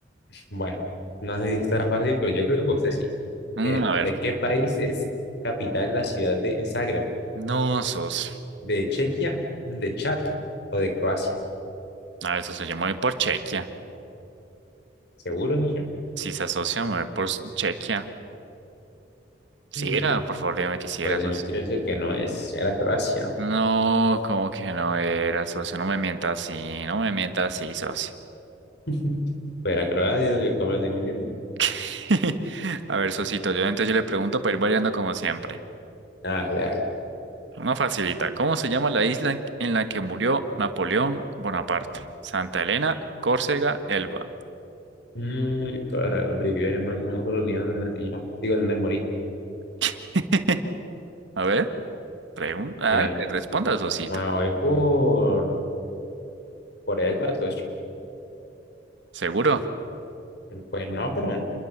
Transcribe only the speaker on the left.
Bueno, no sé si está fácil, pero yo creo que por usted sí.
Mire,
¿de qué país es capital la ciudad de Zagreb?
¿De Chequia, de Chad o de Croacia?
¿Seguro, socio?
Mm,
pues
déjeme
decirle que no es. Era Croacia.
<laughs> Pero era Croacia, yo como lo estoy mintiendo.
Dale, dale.
No, yo todavía donde vivía, hermano, no me acuerdo ni dónde nací yo. Digo, dónde morí.
Mire,
me voy por, por el las ocho.
Pues no, pero